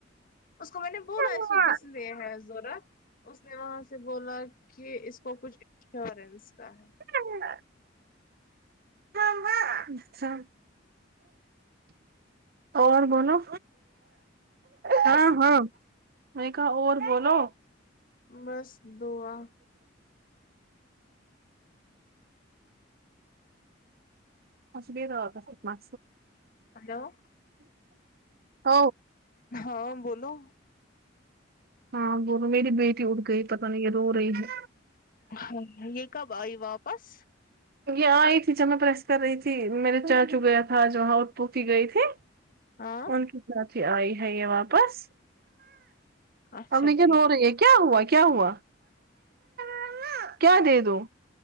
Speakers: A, on the left; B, on the right.
A: اس کو میں نے بولا
B: ٹھیک
A: اس کو کس لیے ہے ضورت اس نے وہاں سے بولا کہ اس کو کچھ انشورنس کا ہے
B: <unintelligible> <unintelligible> اور بولو ہاں ہاں میں نے کہا اور بولو
A: بس دعا
B: <unintelligible> ہنس بھی رہا
A: ہلو
B: تھا
A: ہاں بولو
B: ہاں بولو میری بیٹی اٹھ گئی پتا نہیں یہ رو رہی ہے
A: ہاں یہ کب آئی واپس
B: یہ آئی تھی جب میں پریس کر رہی تھی میرے چاچو گیا تھا آج وہاں اور پھوپھی گئی تھی
A: ہاں
B: ان کے ساتھ ہی آئی ہے یہ واپس
A: اچھا
B: امی کیوں
A: ٹھیک
B: رو رہی ہے کیا ہوا کیا ہوا مما کیا دے دوں